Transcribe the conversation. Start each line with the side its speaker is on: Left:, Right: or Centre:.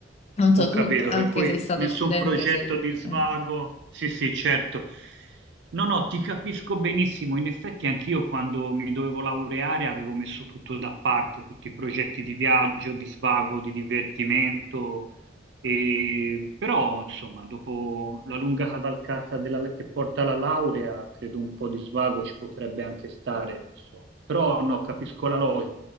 Left: Non
Right: Ho
Left: so, tu
Right: capito,
Left: anche
Right: per cui
Left: sei stato
Right: nessun
Left: studente,
Right: progetto
Left: sei...
Right: di svago.
Left: eh.
Right: Sì, sì, certo. No, no, ti capisco benissimo. In effetti anch'io quando mi dovevo laureare avevo messo tutto da parte, tutti i progetti di viaggio, di svago, di divertimento. E- Però, insomma, dopo la lunga cavalcata della- che porta alla laurea, credo un po' di svago ci potrebbe anche stare, insomma. Però no, capisco la logica,